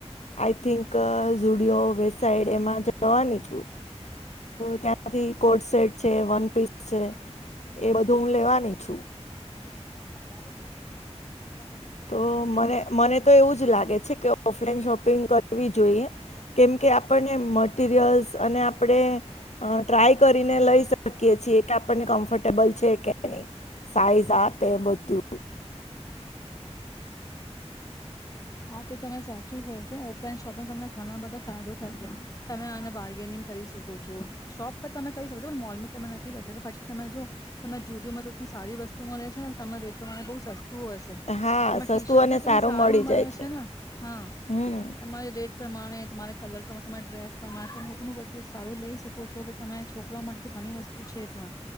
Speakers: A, on the left (about 80°); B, on the left (about 30°).
A: આઈ થિંક ઝુડિયો વેબસાઇટ એમાં જવાની છું ત્યાંથી કોટ સેટ છે વન પી છે એ બધું હું લેવાની છું
B: <inaudible>
A: તો
B: છે
A: મને મને તો એવું જ લાગે છે કે ઓફલાઈન શોપિંગ કર. વી જોઈએ કેમકે આપણને મટરિયલ્સ અને આપણે ટ્રાય કરીને લઈ શકીએ છીએ કે આપણને કમ્ફર્ટેબલ છે કે નહી સાઈઝ આ તે બધું
B: હા તો તમે સાચું કહો છો ઓફલાઈન શોપમાં તમને ઘણા બધા ફાયદો થશે તમે આને બાર્ગેનિંગ કરી શકો છો શોપ પર તમે કરી શકો છો મોલમાં તમે નથી કરી શકો પછી તમે જો તમને જુડયોમાં તો સારી વસ્તુ મળે છે ને તમને રેટને બહુ સસ્ શું હશે
A: હા
B: તરે ટી
A: સસ્તું
B: શર્ટ
A: અને
B: બી તને
A: સારું
B: સારી
A: મળી
B: મળ
A: જાય
B: છે ને હા
A: હમ
B: તમારી રેટ પ્રમાણે તમારા કલર પ્રમાણે તમારા ડ્રેસ પ્રમાણે તમે એ તો બધું સારું લઈ શકો છો કે તમે છોકરા માટે તો ઘણી વસ્તુ છે ત્યાં.